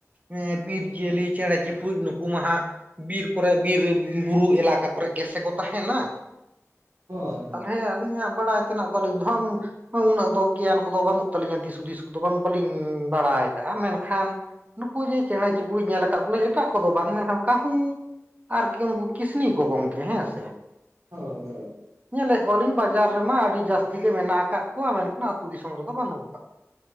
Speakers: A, on the right; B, on the right.
A: ᱮᱸ ᱵᱤᱨ ᱡᱤᱭᱟᱹᱞᱤ ᱪᱮᱬᱮ ᱪᱩᱯᱩᱜ ᱱᱩᱠᱩ ᱢᱟ ᱦᱟᱸᱜ ᱵᱤᱨ ᱠᱚᱨᱮ ᱵᱤᱨᱼᱵᱩᱨᱩ ᱮᱞᱟᱠᱟ ᱠᱚᱨᱮ ᱜᱮᱥᱮ ᱠᱚ ᱛᱟᱦᱮᱱᱟ᱾
B: ᱦᱳᱭ
A: ᱛᱟᱞᱦᱮ ᱟᱹᱞᱤᱧᱟᱜ ᱵᱟᱲᱟᱭ ᱛᱮᱱᱟᱜ ᱟᱹᱞᱤᱧ ᱫᱚ ᱦᱟᱸᱜ <unintelligible> ᱦᱚᱸ ᱩᱱᱟᱹᱜ ᱫᱚ ᱜᱮᱭᱟᱱ ᱠᱚᱫᱚ ᱵᱟᱹᱱᱩᱜ ᱛᱟᱹᱞᱤᱧᱟ ᱫᱤᱥ ᱦᱩᱫᱤᱥ ᱠᱚᱫᱚ ᱵᱟᱝ ᱵᱟᱹᱞᱤᱧ ᱵᱟᱲᱟᱭ ᱟᱠᱟᱜᱼᱟ ᱢᱮᱱᱠᱷᱟᱱ ᱱᱩᱠᱩ ᱡᱮ ᱪᱮᱬᱮ ᱪᱩᱯᱲᱩᱡ ᱧᱮᱞ ᱟᱠᱟᱜ ᱠᱚ ᱟᱹᱞᱤᱧ ᱮᱴᱟᱜ ᱠᱚᱫᱚ ᱵᱟᱝ ᱢᱮᱱᱠᱷᱟᱱ ᱠᱟᱹᱦᱩ ᱟᱨᱠᱤ ᱩᱱᱠᱩ ᱠᱤᱥᱱᱤ ᱠᱚ ᱜᱚᱝᱠᱮ ᱦᱮᱸ ᱥᱮ
B: ᱦᱳᱭ ᱦᱳᱭ
A: ᱧᱮᱞᱮᱜ ᱠᱚᱣᱟ ᱞᱤᱧ ᱵᱟᱡᱟᱨ ᱨᱮᱢᱟ ᱟᱹᱰᱤ ᱡᱟᱹᱥᱛᱤ ᱜᱮ ᱢᱮᱱᱟᱜ ᱟᱠᱟᱜ ᱠᱚᱣᱟ ᱢᱮᱱᱠᱷᱟᱱ ᱟᱹᱛᱩ ᱫᱤᱥᱚᱢ ᱨᱮᱫᱚ ᱵᱟᱹᱱᱩᱜ ᱟᱠᱟᱜ